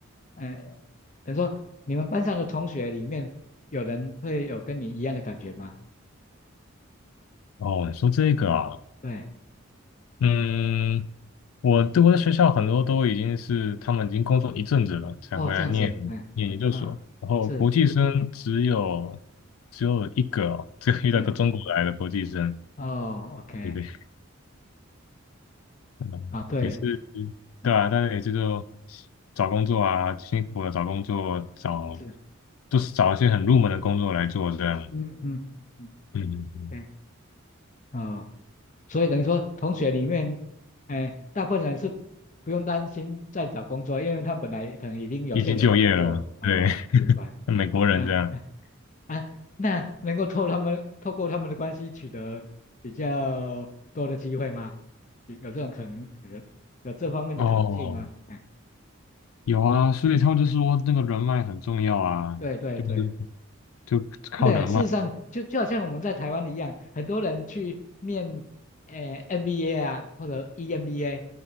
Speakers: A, on the left; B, on the left.
A: 呃，等于说你们班上的同学里面有人会有跟你一样的感觉吗？
B: 哦，你说这个啊，
A: 对，
B: 嗯，我对我的学校很多都已经是他们已经工作一阵子了才回来念念研究所，
A: 哦，这样子，哎，嗯，啊是，
B: 然后国际生只有只有一个哦，只有遇到一个中国来的国际生，
A: 对，哦，OK，
B: 对不对？嗯，
A: 啊，对，
B: 也是
A: 嗯，
B: 对啊，但是也是就找工作啊，辛苦了找工作，找
A: 是，
B: 就是找一些很入门的工作来做这样，
A: 嗯嗯嗯嗯，
B: 嗯，嗯嗯
A: 对，哦，所以等于说同学里面，哎，大部分人是不用担心在找工作，因为他们本来可能已经有现有的工作，
B: 已经就业了，
A: 哦，
B: 对，<laughs>
A: 明白明白。
B: 美国人这样，
A: 嗯，嗯啊，那能够透他们透过他们的关系取得比较多的机会吗？有有这种可能，可能有这方面的可能性吗？
B: 哦，
A: 哎，
B: 有啊，所以他们就说那个人脉很重要啊，
A: 对对对
B: 就是就靠人脉。
A: 对啊，事实上就就好像我们在台湾一样，很多人去念呃 MBA 啊或者 EMBA，